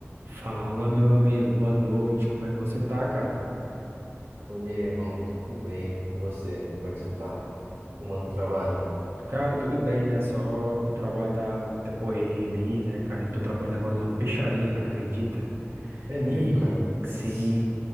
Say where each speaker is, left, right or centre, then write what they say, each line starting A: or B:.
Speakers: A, on the right (about 60°); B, on the right (about 80°).
A: Fala, meu amigo, boa noite. Como é que você tá, cara?
B: E aí, irmão, tudo bem? E você? Como é que você tá? Arrumando trabalho?
A: Cara, tudo bem, né? Só no trabalho tá muita correria ali, né, cara? Eu tô trabalhando agora numa peixaria, cara, acredita?
B: É mesmo,
A: E
B: cara? Putz.
A: sim,